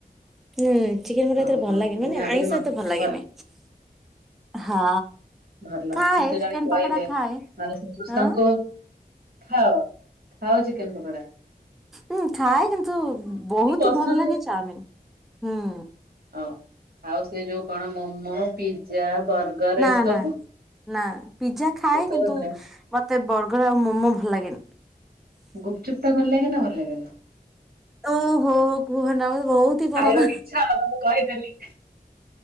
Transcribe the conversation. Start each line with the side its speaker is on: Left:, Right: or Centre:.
Centre: ହୁଁ ଚିକେନ ମତେ ଏତେ
Right: ଓହୋ
Centre: ଟା ଭଲ ଲାଗେନି।
Right: ମୁଁ
Centre: ମାନେ
Right: ଭାବିଲି
Centre: ଆଇଁଷ
Right: ମତେ
Centre: ଏତେ ଭଲ ଲାଗେନି। ହଁ।
Right: ଭଲ
Centre: ଖାଏ
Right: କିଏ ତ
Centre: ଚିକେନ
Right: ଜଣେ କହିଲେ।
Centre: ପକୋଡା
Right: ନ
Centre: ଖାଏ
Right: ହେଲେ ସମସ୍ତଙ୍କୁ।
Centre: ଆଁ
Right: <unintelligible> ଖାଅ ଚିକେନ ପକୋଡା?
Centre: ହଁ ଖାଏ, କିନ୍ତୁ ବହୁତ
Right: ଏତେ ପସନ୍ଦ
Centre: ଭଲ ଲାଗେ ଚାଉମିନ ହୁଁ।
Right: ଓଃ, ଆଉ ସେ ଯୋଉ କଣ ମୋମୋ, ପିଜ୍, ଜା ବର୍ଗର
Centre: ନା
Right: ଏସବୁ
Centre: ନା ନା ପିଜଜା ଖାଏ
Right: ଏସବୁ
Centre: କିନ୍ତୁ
Right: ନୁହେଁ
Centre: ମତେ ବର୍ଗର ଆଉ ମୋମୋ ଭଲ ଲାଗେନି।
Right: ଗୁପଚୁପ୍ ଟା ଭଲ ଲାଗେ ନା ଭଲ ଲାଗେନି?
Centre: ଓହୋଃ କୁହନା ମତେ ବହୁତ ହି ପସନ୍ଦ।
Right: ଖାଇବାକୁ ଇଚ୍ଛା ହବ ମୁଁ କହିଦେଲି।